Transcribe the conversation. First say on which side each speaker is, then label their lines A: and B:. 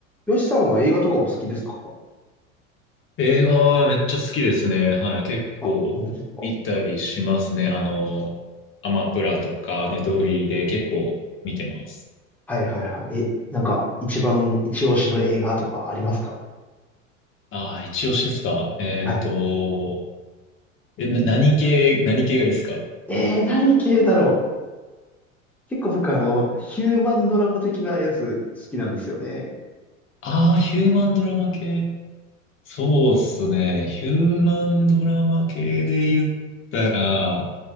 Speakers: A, in the centre; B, on the left (about 30°).
A: よしさんは映画とかお好きですか
B: 映画めっちゃ好きですね。はい。結構見たりしますね。
A: あ、本当ですか
B: あの、アマプラとかネットフリーで結構見てます。
A: はいはいはい。え、なんか、一番一押しの映画とかありますか
B: ああ、一押しですか。えっと、
A: はい。
B: え、な、何系、何系がいいですか
A: えー、何系だろう結構僕あの、ヒューマンドラマ的なやつ好きなんですよね。
B: ああー、ヒューマンドラマ系。そうっすね。ヒューマンドラマ系で言ったら、